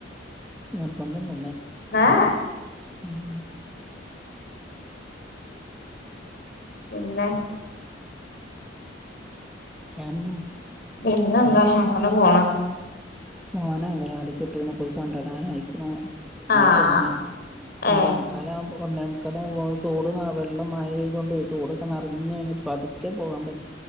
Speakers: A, in the centre; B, on the left.
A: നിർബൻധന്നു
B: <unintelligible>
A: ഉം.
B: പിന്നെ.
A: ഞാന
B: പിന്നെ എന്താ ഹങ്ങനെ പോണ്.
A: മോനെ അംഗലവാടിക്ക് വിട്ട്ണ്. പോയി കൊണ്ടരാൻ ആയിക്ക്ണോ
B: ആഹ്
A: ആയി തോട്ങ്ങി. രണ്ടേ
B: ഏഹ്
A: മുക്കാലാവുമ്പം ഒന്നേമുക്കാലാവും ആ തോട് വെള്ളം മയേതൊണ്ടേ തോടൊക്കെ നെറ <unintelligible> പതുക്കെ പോവാൻ പറ്റൂ